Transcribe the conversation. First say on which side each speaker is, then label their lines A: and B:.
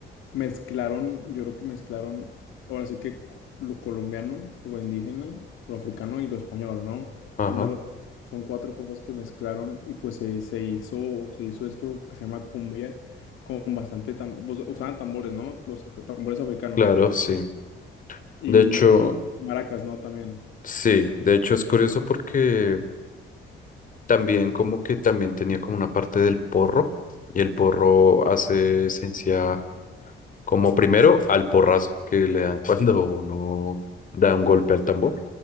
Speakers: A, on the left; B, on the left.
A: Mezclaron, yo creo que mezclaron, ahora sí que cu- lo colombiano, lo indígena, lo africano y lo español, ¿no?
B: Ajá,
A: Son de los, son cuatro cosas que mezclaron y pues se, se hizo, se hizo esto que se llama cumbia con bastante, tam- pues, usaban tambores, ¿no? Los af- tambores africanos
B: claro, sí.
A: y
B: De hecho,
A: maracas, ¿no? También.
B: sí, de hecho es curioso porque también como que también tenía como una parte del porro y el porro hace esencia Como primero, al porrazo que le dan <laughs> cuando uno da un golpe al tambor,